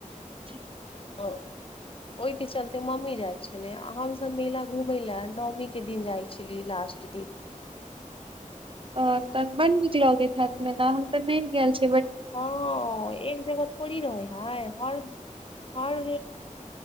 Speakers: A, on the right; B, on the left.
A: ठीक
B: आ-ओहिके चलते मम्मी जाइ छलै आ हमसभ मेला घूमय लाऽ नऽमीके दिन जाइ छलियै लास्ट दिन
A: अ-तऽ बड्ड नीक लगैत हाएत मेला हम तऽ नहि गेल छी
B: हँ-अ ए- -क जगह थोड़ी रहै हइ हर -हर